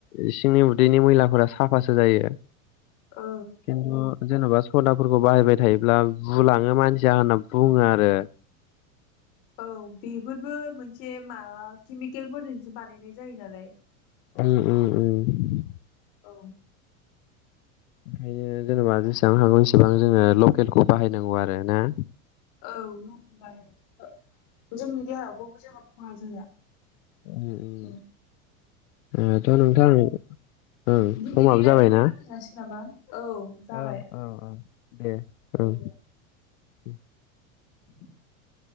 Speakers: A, on the left (about 75°); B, on the left (about 55°).
A: इसिंनि। उदैनि मैलाफोरा साफासो जायो।
B: औ।
A: खिन्थु जेन'बा सदाफोरखौ बाहायबाय थायोब्ला बुलाङो मानसिया होनना बुङो आरो।
B: औ बेफोरबो मोनसे माबा केमिकेलफोरजोंसो बानायनाय जायो नालाय।
A: उम उम उम।
B: औ।
A: ओंखायनो जेनेबा जेसेबां हागौ एसिबां जोङो लकेलखौ बाहायनांगौ आरो ना।
B: औ लकेल बाहायनायसो जोंनि देहायाव बावबो जेबो खहा जाया।
A: उम उम
B: होमबा
A: ओ थ' नोंथां ओं
B: दिनैनि
A: समाबो
B: रायलायनायखौ
A: जाबायना।
B: दोनथ' जासिगोन नामा औ जाबाय
A: औ औ औ दे
B: औ
A: उम
B: दे
A: उम।
B: <inaudible>